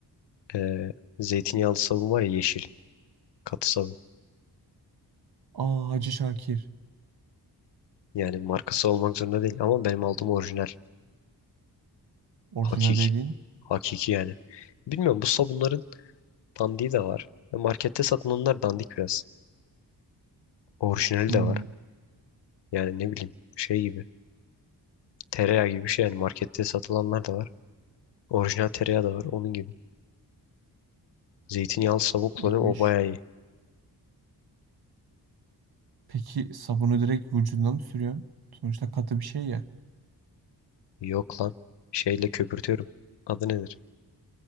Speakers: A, on the left; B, on the right.
A: Ee, zeytinyağlı sabun var ya yeşil. Katı sabun.
B: Aa Hacı Şakir.
A: Yani markası olmak zorunda değil ama benim aldığım orijinal.
B: Orijinal
A: Hakiki.
B: dediğin.
A: Hakiki yani. Bilmiyorum bu sabunların dandiği de var. Ya Markette satılanlar dandik biraz. Orijinali
B: Hmm,
A: de var. Yani ne bileyim şey gibi. Tereyağı gibi bir şey yani markette satılanlar da var. Orijinal tereyağı da var onun gibi. Zeytinyağlı savun kullanıyorum
B: iyiymiş.
A: o bayağı iyi.
B: Peki sabunu direkt vücuduna mı sürüyorsun? Sonuçta katı bir şey ya.
A: Yok lan. Şeyle köpürtüyorum. Adı nedir?